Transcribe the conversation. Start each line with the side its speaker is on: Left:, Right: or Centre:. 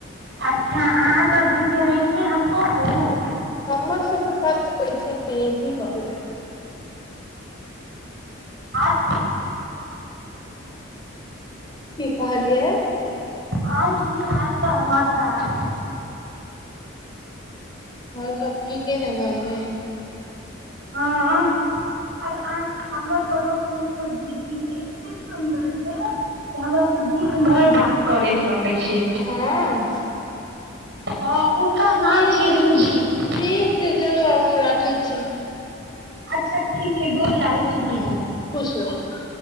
Right: अच्छा अहाँ सब जे केने छी हम कहु
Left: हमर सबके पास तऽ पैसे नैयै की कहू।
Right: अँ <unintelligible>
Left: की कहलियै।
Right: आओर की हाल समाचार।
Left: आओर सब ठीके ने घरमे।
Right: हँ आर हमर पड़ोस मे <unintelligible> दीदी छै ते सुन्दर छै से हमरा सब दिन भैर बात। करैत रहै छै।
Left: हँ
Right: हँ उनका
Left: ठीक
Right: नाम छीयै रिमझिम
Left: ठीक छै चलू आब हम राखै छी।
Right: अच्छा ठीक छै गोल लागै। छी दीदी
Left: हँ खुश रहु